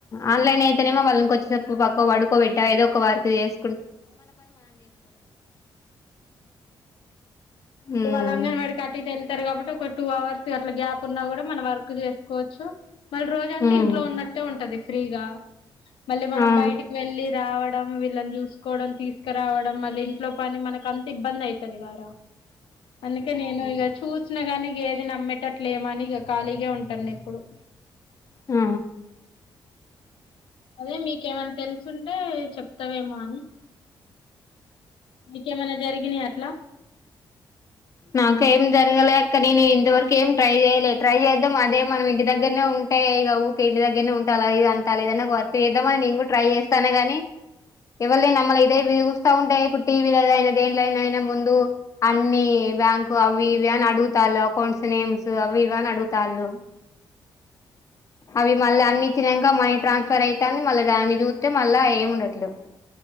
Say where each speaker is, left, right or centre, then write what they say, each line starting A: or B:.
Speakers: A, on the left (about 40°); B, on the left (about 85°).
A: ఆన్లైన్ అయితేనేమో వాళ్ళని కొంచెం చెప్పు పక్కకు పడుకోబట్టా ఏదో ఒక వార్క్ చేస్ ఉమ్
B: ఇవాళ్ళ అంగన్వాడి అటు ఇటు ఎల్ టరు కాబట్టి ఒక టూ అవర్స్ అట్లా గ్యాప్ ఉన్నా కూడా మనం వర్క్ చేసుకోవచ్చు. మళ్ళీ రోజంతా
A: ఉమ్
B: ఇంట్లో ఉన్నట్టే ఉంటది. ఫ్రీగా మళ్ళీ మనం
A: అవును
B: బయటికి వెళ్ళి రావడం. ల్లన్ జుస్ కోవడం తీసుకురావడం మల్లి ఇంట్లో పని మనకి అంత ఇబ్బంది. అయి టది వారా అందుకే నేను ఇగా చూస్ చిన గాని ఏది నమ్మేటట్టు లేమని ఇగ ఖాళీగా ఉంటాను. ఏప్పుడు
A: ఆ
B: అదే మీకేమైన్నా తెలుసుంటే చెప్తావేమో అని నీకేమన్నా జరిగినయా అ
A: నాకేం దేలు లేక నేను ఇంత వరకు ఏం ట్రై చేయలే ట్రై చేద్దాం. అదే మనం ఇంటి దగ్గరనే ఉంటే ఇగా ఊకె ఇంటి దగ్గరానే ఉంటాల్ల ఇగ అంటారు. ఏదన్న ఒక వర్క్ చేద్దాం. అని నేను కూడా ట్రై చేస్తాన్న గానీ ఏవల్ది ఏం నమ్మలే ఇదే ఇవి చూస్తా ఉంటే ఇప్పుడు టీవీలల్ల ఇగ దేంట్లో నైనా ముందు అన్ని బ్యాంకు అవి ఇవి అని అడుగుతళ్ళు. అకౌంట్స్ నేమ్స్ అవి ఇవ్వీ అని అడుగుతళ్ళు అవి మళ్ళ అన్ని ఇచ్చినంక మనీ ట్రాన్స్ఫర్ అయితంది. మళ్ళ దాన్ని చూత్తే మళ్ళా ఏమి ఉండట్లేవ్